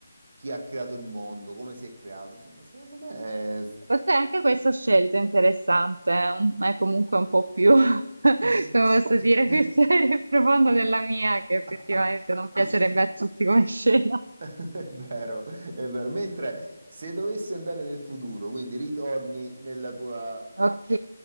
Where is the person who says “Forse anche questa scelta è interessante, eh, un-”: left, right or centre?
Right